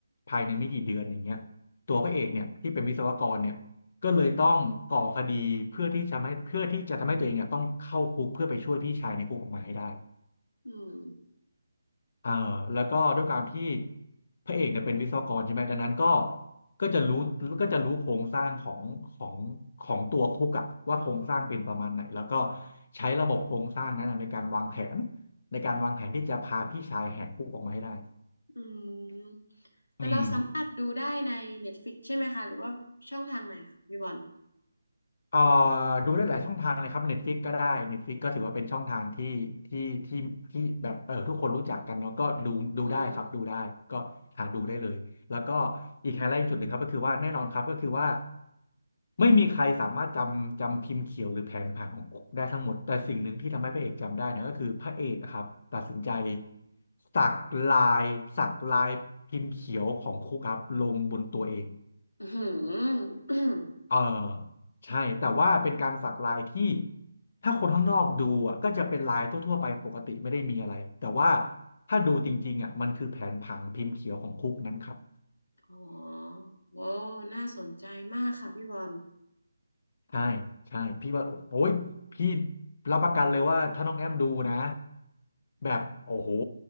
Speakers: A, on the left (about 45°); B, on the left (about 80°).
A: ภายในไม่กี่เดือนอย่างเงี้ยตัวพระเอกเนี่ยที่เป็นวิศวกรเนี่ยก็เลยต้องก่อคดีเพื่อที่จะไม่เพื่อที่จะทำให้ตัวเองเนี่ยต้องเข้าคุกเพื่อไปช่วยพี่ชายในคุกออกมาให้ได้
B: อ๋ออืม
A: เอ่อแล้วก็ด้วยการที่พระเอกเนี่ยเป็นวิศวกรใช่ไหมดังนั้นก็ก็จะรู้ก็จะรู้โครงสร้างของของของตัวคุกอะว่าโครงสร้างเป็นประมาณไหนแล้วก็ใช้ระบบโครงสร้างนั้นอะในการวางแผนในการวางแผนที่จะพาพี่ชายแหกคุกออกมาให้ได้
B: อืมแต่เราสามารถดูได้ใน
A: อืม
B: Netflix ใช่ไหมคะหรือว่าช่องทางไหนคะพี่บอล
A: เอ่อดูได้หลายช่องทางเลยครับ Netflix ก็ได้ Netflix ก็ถือว่าเป็นช่องทางที่ที่ที่ที่แบบเออทุกคนรู้จักกันเนาะก็ดูดูได้ครับดูได้ก็หาดูได้เลยแล้วก็
B: อืม
A: อีกไฮไลท์จุดหนึ่งครับก็คือว่าแน่นอนครับก็คือว่าไม่มีใครสามารถจำจำพิมพ์เขียวหรือแผนผังของคุกได้ทั้งหมดแต่สิ่งหนึ่งที่ทำให้พระเอกจำได้เนี่ยก็คือพระเอกอะครับตัดสินใจสักลายสักลายพิมพ์เขียวของคุกครับลงบนตัวเอง
B: อืม <coughs> อหืออ
A: เออใช่แต่ว่าเป็นการสักลายที่ถ้าคนข้างนอกดูอ่ะก็จะเป็นลายทั่วๆไปปกติไม่ได้มีอะไรแต่ว่าถ้าดูจริงๆอ่ะมันคือแผนผังพิมพ์เขียวของคุกนั้นครับ
B: อ๋อโว้วน่าสนใจมากค่ะพี่บอล
A: ใช่ใช่พี่ว่าโอ้ยพี่รับประกันเลยว่าถ้าน้องแอมดูนะแบบโอ้โห